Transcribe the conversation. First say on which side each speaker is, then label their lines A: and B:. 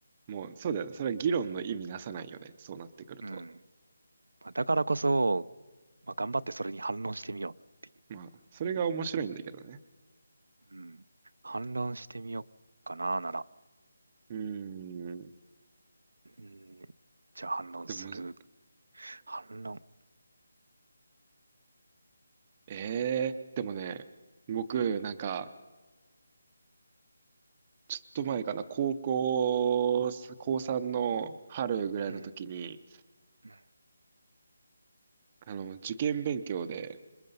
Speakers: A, on the right; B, on the right.
A: う。もう、そうだよね。それは議論の意味なさないよね。そうなってくると。
B: うん。まあだからこそ、まあ、頑張ってそれに反論してみようっていう。
A: まあ、それが面白いんだけどね。
B: うん。反論してみようかな、なら。
A: うーん。
B: うん。じゃあ反論する。
A: でもむず、
B: 反論。
A: ええー、でもね、僕、
B: うん。
A: なんか、ちょっと前かな、高校、高3の春ぐらいの時に、
B: うん。うん。
A: あの、受験勉強で